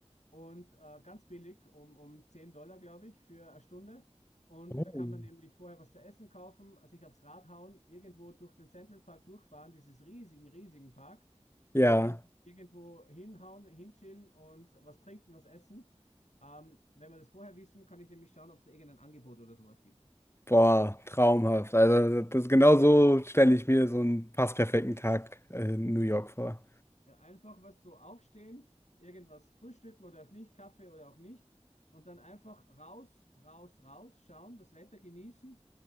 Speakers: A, on the left; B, on the left.
A: und äh, ganz billig, um, um 10 Dollar, glaube ich, für eine Stunde. Und
B: Oh.
A: da kann man nämlich vorher was zu essen kaufen, sich aufs Rad hauen, irgendwo durch den Central Park durchfahren, dieses riesigen, riesigen Park,
B: Ja.
A: und dann sich irgendwo hinhauen, hinchillen und was trinken, was essen. Ähm, wenn wir das vorher wissen, kann ich nämlich schauen, ob es da irgendein Angebot oder sowas gibt.
B: Boah, traumhaft. Also das genau so stelle ich mir so einen fast perfekten Tag äh, in New York vor.
A: Ja, einfach was so aufstehen, irgendwas frühstücken oder auch nicht, Kaffee oder auch nicht. Und dann einfach raus, raus, raus schauen, das Wetter genießen